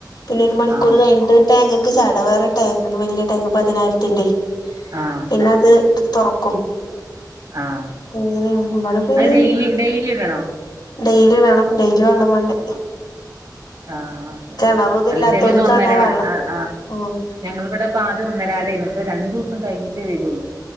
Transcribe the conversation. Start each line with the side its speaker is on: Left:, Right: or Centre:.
Left: പിന്നെ ഒരു മണിക്കൂർ
Right: ആഹ്
Left: കഴിഞ്ഞിട്ട് ടാങ്ക് ചാട വേറെ ടാങ്ക് ഇണ്ട് വലിയ ടാങ്ക് പതിനായിരത്തിന്റെ
Right: ആഹ
Left: പിന്നെ അത് തൊറക്കും
Right: ആഹ്
Left: അങ്ങനേണ് ഇവിടെ പിന്നെ
Right: അത് ഡെയിലി ഡെയിലി ഇടണോ
Left: ഡെയിലി വേണം ഡെലി വെള്ളം വേണ്ടേ
Right: ആഹ് ഓകെ
Left: കിണറൊന്നും
Right: അല്ല
Left: ഇല്ലാത്തോൽക്കാണ്
Right: ചെലത് ഒന്നരാടെ
Left: ആ വെള്ളം
Right: ആഹ്
Left: ഉം
Right: ഞങ്ങളിവിടെ ആദ്യം ഒന്നരാടേന്നു ഇപ്പൊ രണ്ടു ദിവസം കഴിഞ്ഞിട്ടേ വരുള്ളൂ